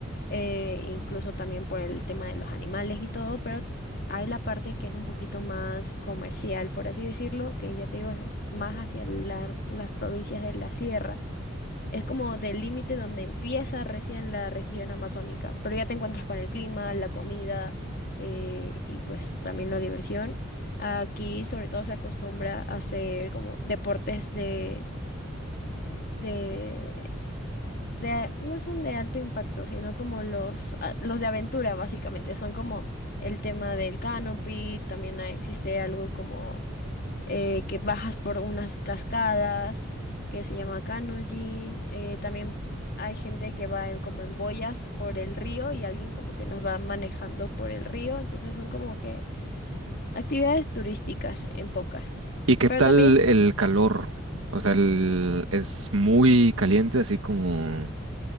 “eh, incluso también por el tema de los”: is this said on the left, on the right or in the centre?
Left